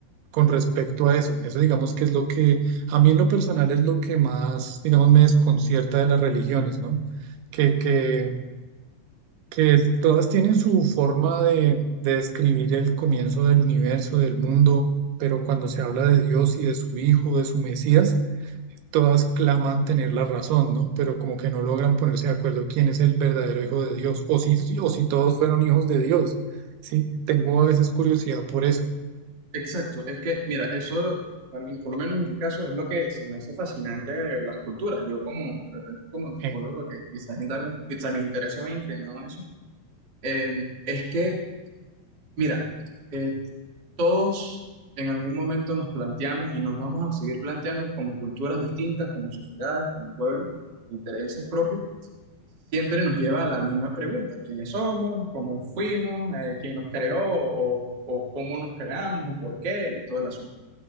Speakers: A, on the right; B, on the right.
A: con respecto a eso. Eso digamos que es lo que a mí en lo personal es lo que más, digamos, me desconcierta de las religiones, ¿no? Que, que que es- todas tienen su forma de, de describir el comienzo del universo, del mundo, pero cuando se habla de Dios y de su Hijo, de su Mesías, todas claman tener la razón, ¿no? Pero como que no logran ponerse de acuerdo quién es el verdadero Hijo de Dios, o si, si- o si todos fueron hijos de Dios, ¿sí? Tengo a veces curiosidad por eso.
B: Exacto, es que, mira, eso, para mí, por lo menos en mi caso, es lo que se me hace fascinante de las culturas. Yo como, de repente, como antropólogo,
A: Eh,
B: que quizás indago un- quizás mi interés se me ha inclinado a eso, eh, es que, mira, eh, todos en algún momento nos planteamos y nos vamos a seguir planteando como culturas distintas, como sociedades, como pueblos, con intereses propios, siempre nos lleva a la misma pregunta, ¿quiénes somos? ¿Cómo fuimos? Eh, ¿quién nos creó? O, ¿O cómo nos creamos? ¿O por qué? Y todas las